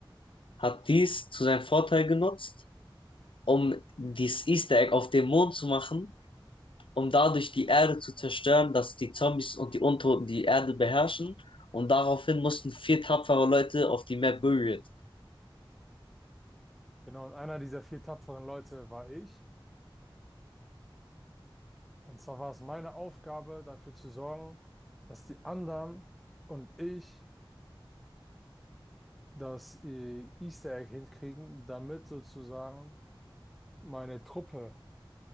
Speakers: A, on the left; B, in the centre.
A: hat dies zu seinem Vorteil genutzt, um dieses Easter Egg auf dem Mond zu machen, um dadurch die Erde zu zerstören, dass die Zombies und die Untoten die Erde beherrschen. Und daraufhin mussten vier tapfere Leute auf die Map Buried.
B: Genau, und einer dieser vier tapferen Leute war ich. Und zwar war es meine Aufgabe, dafür zu sorgen, dass die anderen und ich das äh, Easter Egg hinkriegen, damit sozusagen meine Truppe